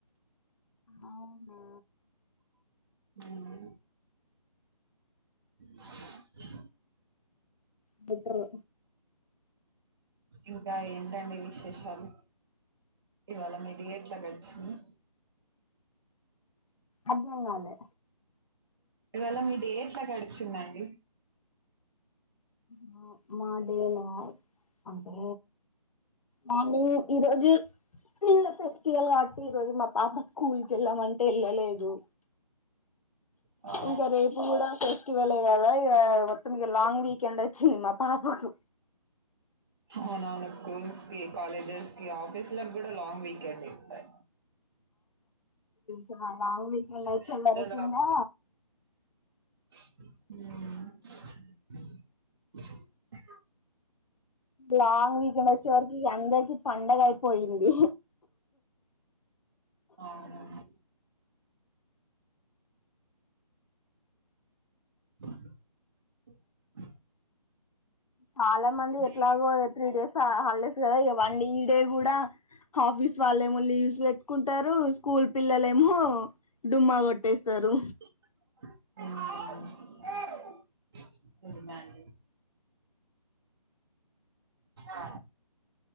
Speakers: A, on the left; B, on the right.
A: అవునా
B: ఉమ్, <inaudible>
A: బెట్రె
B: ఇంకా ఏంటండి విశేషాలు ఇవాళ మీ డే ఎట్ల గడిచింది
A: అద్ధంగాలే
B: ఇవాళ మీ డే ఎట్ల గడిచిందండి
A: మ మా డే ల అంటే మార్నింగ్ ఈ రోజు నిన్న ఫెస్టివల్ట్ కాద్ ఈ రోజు మా పాప స్కూల్కికి ఎళ్ళామంటే ఎళ్ళలేదు
B: వావ్!
A: ఇంకా రేపు గుడా ఫేస్ టివెలే గదా ఇగ మొత్తం ఇగ లాంగ్ వీకెండ్ వచ్చింది మా పాపకు
B: అవునవును స్కూల్స్కి కాలేజెస్కి ఆఫీస్లకు గుడా లాంగ్ వీకెండ్ అయిపై
A: చాలా లాంగ్ వీకెండ్ వచ్చి
B: మధ్యలో
A: అందరినికిందా
B: హ్మ్
A: లాంగ్ వీకెండ్ వచ్చే వరకి ఇగ అందరికి పండగ అయిపోయింది
B: అవును <inaudible>
A: చాలా మంది
B: అంతే.
A: ఎట్లాగో త్రీ డేస్ హాలిడేస్ కదా ఇక వన్ డే ఈ డే కూడా హఫీస్ వాళ్లేమో లీవ్స్ పెట్టుకుంటారు స్కూల్ పిల్లలేమో డుమ్మా కొట్టేస్తరు
B: <inaudible> నిజమే అండి ఆ